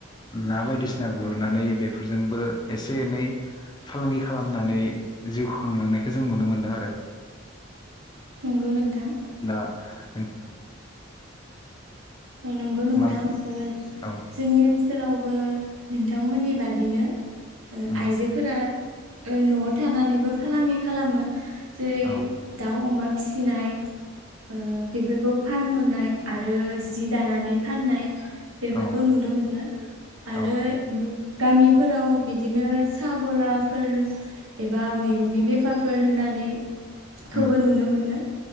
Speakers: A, on the left; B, on the right.
A: ना बायदिसिना गुरनानै बेफोरजोंबो एसे एनै फालांगि खालामनानै जिउ खांलांनायखौ जों नुनो मोनदों आरो।
B: नंगौ नोंथां
A: आ
B: नंगौ नोंथां
A: मा
B: ओ
A: औ
B: जोंनि ओनसोलावबो नोंथांमोननि बादिनो
A: उम
B: आइजोफोरा ओ नआव थानानैबो फालांगि खालामो जेरै
A: औ
B: दाउ अमा फिसिनाय ओ बेफोरखौ फानहरनाय आरो जि दानानै फाननाय बेफोरखौ
A: औ
B: नुनो मोनो आरो
A: औ
B: गामिफोराव बिदिनो साहा गलाफोर एबा मैगंनि बेफारफोर होनानै खौबो
A: उम
B: नुनो मोनो